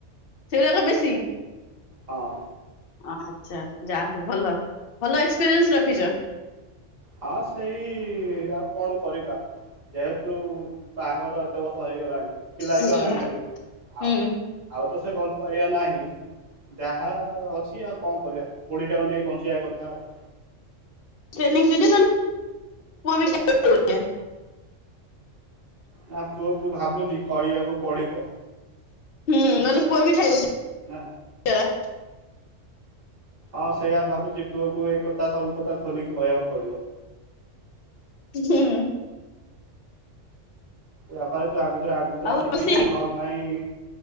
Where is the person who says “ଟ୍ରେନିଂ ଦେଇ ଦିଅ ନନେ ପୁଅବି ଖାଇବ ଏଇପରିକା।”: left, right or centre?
Left